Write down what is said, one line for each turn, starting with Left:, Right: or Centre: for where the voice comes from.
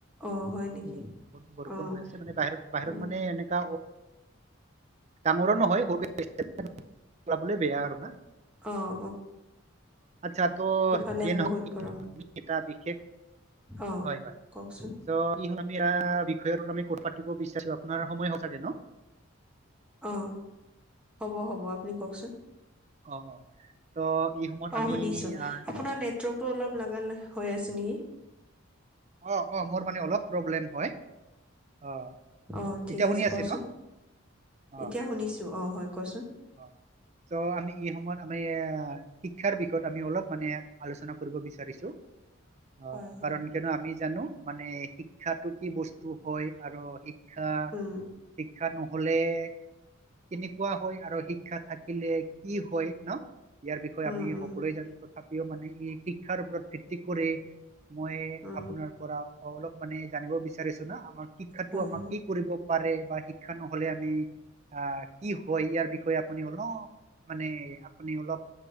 Centre: অঁ হয় নেকি
Right: বৰষুণ বৰষুণ
Centre: অঁ
Right: হৈ আছে মানে বাহিৰত বাহিৰত
Centre: উম,
Right: মানে এনেকা ডাঙৰও নহয় সৰুকে দিছে উলাবলে বেয়া আৰু ন
Centre: অঁ
Right: আচ্ছা ত।
Centre: ফালে
Right: যিয়ে
Centre: বহুত
Right: নহওক
Centre: গৰম
Right: এটা বিশেষ
Centre: অঁ
Right: হয় হয়
Centre: কওকচোন
Right: চ আমি বিষয়তোত আমি কথা পাতিব বিচাৰো আপোনাৰ সময় হল ছাগে ন।
Centre: আহ হ'ব হ'ব আপুনি কওকচোন
Right: অ অ ত' এই সময়ত
Centre: অ
Right: আমি
Centre: শুনিছো
Right: আহ,
Centre: আপোনাৰ নেটৱৰ্কতটো অলপ হৈ আছে নেকি
Right: অ অ মোৰ মানে অলপ প্ৰব্লেম হয় অ
Centre: অ ঠিক
Right: এতিয়া
Centre: আছে
Right: শুনি
Centre: কচোন
Right: ন অ
Centre: এতিয়া শুনিছো অ হয়। কচোন
Right: অ চ' আমি এই সময়ত আমি এ শিক্ষাৰ বিষয়ত আমি অলপ মানে আলোচনা কৰিব বিচাৰিছো অ
Centre: হয় হয়
Right: কাৰণ কিয়নো আমি জানো মানে শিক্ষাটো কি বস্তু হয় আৰু শিক্ষা
Centre: উম
Right: শিক্ষা নহলে। কেনেকুৱা হয় আৰু শিক্ষা থাকিলে কি হয় ন ইয়াৰ বিষয়ে
Centre: উম
Right: আমি
Centre: উম
Right: সকলোৱে জানো তথাপিও মানে ই শিক্ষাৰ ওপৰত ভিত্তি কৰি মই
Centre: উম
Right: আপোনাৰ পৰা অলপ মানে জানিব বিচাৰিছো ন আমাৰ শিক্ষাটো
Centre: হয়
Right: আমাক
Centre: হয়
Right: কি কৰিব। প বা শিক্ষা নহলে আমি আহ কি হয় ইয়াৰ বিষয় আপুনি অলপ মানে আপুনি অলপ